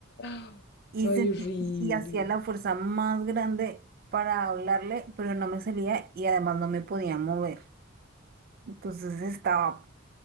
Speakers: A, on the left; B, on the right.
A: ah,
B: Y, se-
A: ay, horrible.
B: y hacía la fuerza más grande para hablarle, pero no me salía y además no me podía mover. Entonces estaba